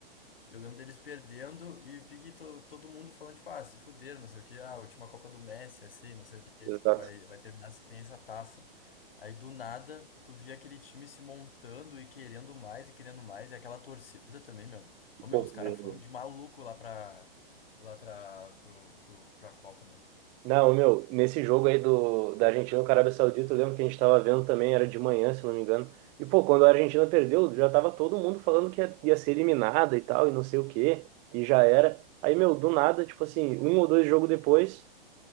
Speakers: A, on the left; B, on the right.
A: Eu lembro deles perdendo e pique to- todo mundo falando, tipo, ah, se fuderam, não sei o quê, ah, a última Copa do Messi, assim, não sei o quê,
B: exato.
A: tipo, vai, vai terminar sem essa taça. Aí do nada, tu via aquele time se montando e querendo mais e querendo mais, e aquela torcida também, meu. Ô, meu,
B: Pô,
A: os caras
B: meu.
A: foram de maluco lá pra, lá pra, pro, pro, pra Copa, meu.
B: Não, meu, nesse jogo aí do, da Argentina com a Arábia Saudita, eu lembro que a gente tava vendo também, era de manhã, se não me engano. E, pô, quando a Argentina perdeu, já tava todo mundo falando que ia, ia ser eliminada e tal, e não sei o quê, e já era. Aí, meu, do nada, tipo assim, um ou dois jogos depois,